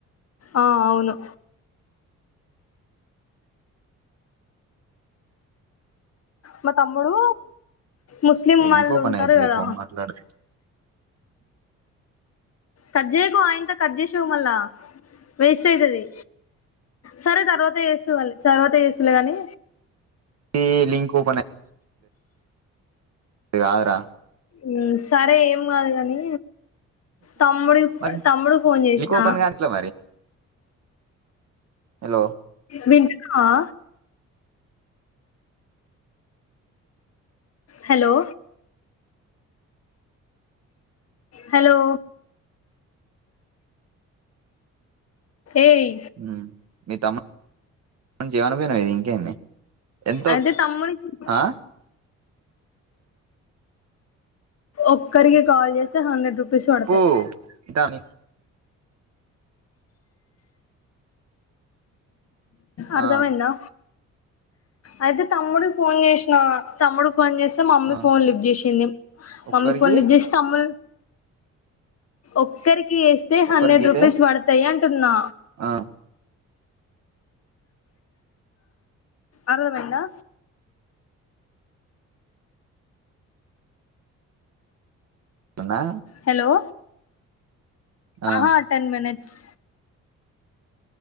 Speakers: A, on the left; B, on the right.
A: ఆ అవును. మా తమ్ముడు ముస్లిం వాళ్ళు
B: లింక్ ఓపెన్
A: ఉంటారు
B: అయితలే
A: కదా!
B: ఫోన్ మాట్లాడు
A: కట్ చేయకు ఆయనతో కట్ చేసవు మళ్ళా! వేస్ట్ అయితది. సరే తర్వాత చేసువాలి, తర్వాత చేస్తువ్ లే గాని,
B: ఈ లింక్ ఓపెన్ ఏ ఆగురా
A: మ్ సరే ఏం కాదు కాని, తమ్ముడు,
B: మరి
A: తమ్ముడు కి ఫోన్ చేసిన.
B: లింక్ ఓపెన్ కాని ఎట్లా ఎలో
A: వింటున్నావా? హలో హలో ఏయ్
B: మ్మ్ తమ్మ చేయని <unintelligible> పోయినా ఇది ఇంకేంది ఎంతో
A: అంటే తమ్ముడి కీ <inaudible>
B: ఆ
A: ఒక్కరికి కాల్ చేస్తే హండ్రెడ్ రూపీస్ పడతాయి
B: పో దానికీ
A: అర్ధాం
B: ఆ
A: అయిందా అయితే తమ్ముడు కీ ఫోన్ చేసిన తమ్ముడు ఫోన్ చేస్తే మా మమ్మీ
B: ఆ
A: ఫోన్ లిఫ్ట్ చేసింది
B: ఒక్కరికి
A: మమ్మీ ఫోన్ లిఫ్ట్ చేస్తే అ ఒక్కరికి చేస్తే
B: ఒక్కరికి
A: హండ్రెడ్
B: చేతే
A: రూపీస్ పడతాయి అంటన్నా
B: ఆ
A: అర్దం అయిందా
B: అన్నా
A: హలో
B: ఆ
A: ఆహా టెన్ మినిట్స్